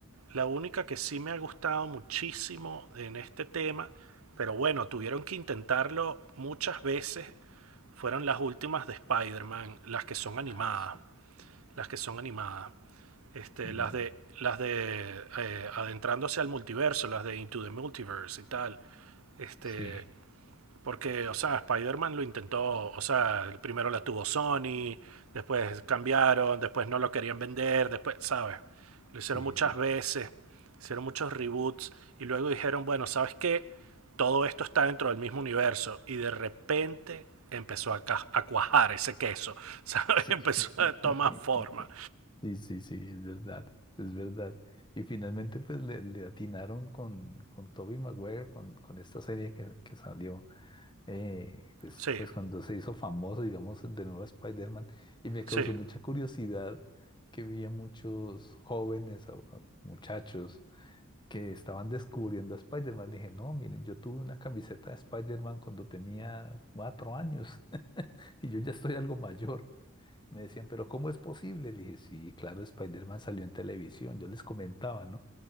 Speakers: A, on the right; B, on the left.
A: la única que sí me ha gustado muchísimo en este tema, pero bueno, tuvieron que intentarlo muchas veces, fueron las últimas de Spider-Man, las que son animadas,
B: Ah, sí.
A: las que son animadas. Este,
B: Mm,
A: las de las de eh, adentrándose al multiverso, las de Into the Multiverse y tal. Este,
B: sí,
A: porque, o sea, Spider-Man lo intentó, o sea, primero la tuvo Sony, después cambiaron, después no lo querían vender, después, ¿sabes? Lo
B: sí,
A: hicieron muchas
B: sí,
A: veces, hicieron muchos reboots y luego dijeron, bueno, ¿sabes qué? Todo esto está dentro del mismo universo y de repente empezó a, a cuajar ese queso, <laughs> ¿sabes?
B: sí.
A: Empezó
B: <laughs>
A: a tomar forma.
B: Sí, sí, sí, es verdad, es verdad. Y finalmente, pues le, le atinaron con, con Tobey Maguire, con, con esta serie que, que salió, eh, pues,
A: Sí,
B: pues cuando se hizo famoso, digamos, de nuevo Spider-Man. Y me causó
A: sí,
B: mucha curiosidad que vi a muchos jóvenes, a- a muchachos que estaban descubriendo a Spider-Man. Le dije, no, miren, yo tuve una camiseta de Spider-Man cuando tenía cuatro años <laughs> y yo ya estoy algo mayor. Me decían, pero ¿cómo es posible? Le dije, sí, claro, Spider-Man salió en televisión. Yo les comentaba, ¿no?